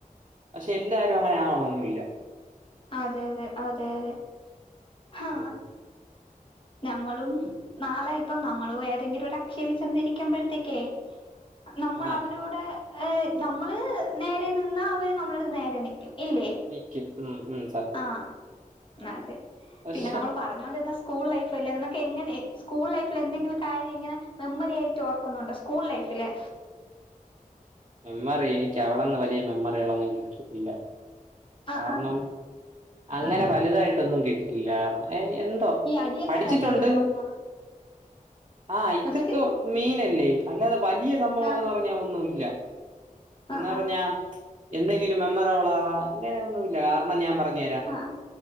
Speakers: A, on the right (about 35°); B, on the left (about 35°).
A: പക്ഷെ എല്ലാരും അങ്ങനെ ആവണൊന്നുല്ല
B: അതെ അതെ അതെ അതെ ഹാ
A: ആ <inaudible>
B: ഞമ്മളും നാളെ ഇപ്പം നമ്മളും ഏതെങ്കിലും ഒരു അക്ഷയിൽ ചെന്നിരിക്കുമ്പോഴത്തേക്കേ നമ്മൾ
A: ആ
B: അവരോട് നമ്മള് നേരെ നിന്നാ അവര് നമ്മളട്ത്ത് നേരെ നിക്കും ഇല്ലേ
A: <unintelligible> ഉം ഉം സത്യം
B: ആ അതെ
A: പക്ഷെ
B: പിന്നെ നമ്മൾ പറഞ്ഞോണ്ടിരുന്ന സ്കൂൾ ലൈഫല്ലേ നിനക്ക് എങ്ങനെ സ്കൂൾ ലൈഫിൽ എന്തെങ്കിലും കാര്യം ഇങ്ങനെ മെമ്മറി ആയിട്ട് ഓർക്കുന്നുണ്ടോ സ്കൂൾ ലൈഫ് പിലെ
A: മെമ്മറി എനിക്ക് അവിടെന്ന് വലിയ മെമ്മറികളൊന്നും കിട്ടിയിട്ടില്ല
B: ആഹ്
A: കാരണം
B: ആഹ്
A: അങ്ങനെ
B: ആഹ്
A: വലുതായിട്ടൊന്നും കിട്ടില്ല ഏ എന്തോ
B: ഈ അടിയൊക്കെ
A: പഠിച്ചിട്ടുണ്ട്
B: തന്നെല്ലേ ഓർമ്മ
A: ആ ഇതൊക്കെ
B: ആഹ്
A: മീനല്ലേ അല്ലാതെ വലിയ സംഭവംന്ന്
B: ആഹ്
A: പറഞ്ഞാ ഒന്നുല്ല എന്ന്
B: ആഹ്
A: പറഞ്ഞാ എന്തെങ്കിലും മെമ്മറോള അങ്ങനെയൊന്നുല്ല കാരണം ഞാൻ പറഞ്ഞ
B: ആഹ്